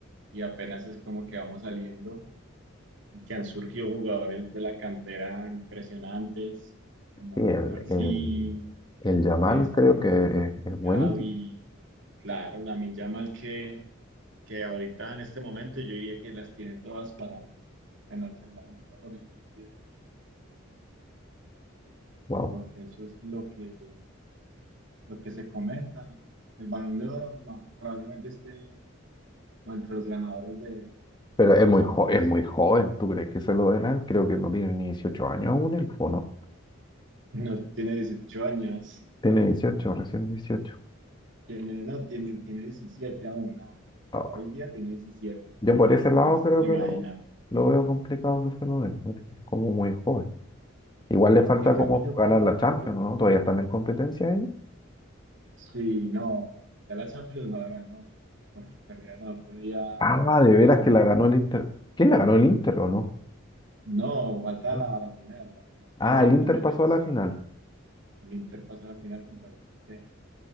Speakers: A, on the right; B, on the left.
A: y apenas es como que vamos saliendo, que han surgido jugadores de la cantera impresionantes, como
B: Sí, el,
A: Cubarsí,
B: el, el Yamal
A: que sabe,
B: creo que es, es buenísimo,
A: Gavi, claro, Lamine Yamal que, que ahorita en este momento yo diría que las tiene todas para ganarse el Balón de Oro, inclusive.
B: wow.
A: porque eso es lo que, lo que se comenta. El Balón de Oro ma- probablemente esté o entre los ganadores de,
B: Pero
A: de
B: es
A: la
B: muy,
A: Champions.
B: jo- es muy joven, ¿tú crees que se lo den a él? Creo que no tiene ni 18 años aún el fono.
A: No tiene 18 años,
B: Tiene dieciocho recién dieciocho
A: tiene, no, tiene, tiene 17 aún. a-
B: Ah,
A: a Hoy en día tiene diecisiete
B: Yo por ese lado
A: Entonces,
B: creo
A: imagínate.
B: que lo, lo veo complicado que se lo den, porque es como muy joven. Igual le falta
A: En cambio,
B: como
A: yo
B: ganar
A: creo
B: la Champions,
A: que
B: ¿no? Todavía están en competencia ellos.
A: si no, ya la Champions no la ganó, porque perdieron el otro día
B: Ah, de
A: contra
B: veras
A: el Inter.
B: que la ganó el Inter. ¿Quién la ganó el Inter o no?
A: No, falta
B: ¿No?
A: la, la final, la final.
B: Ah,
A: Juega
B: el
A: a
B: Inter
A: fin de
B: pasó
A: mes.
B: a la final.
A: El Inter pasa a la final contra el PSG.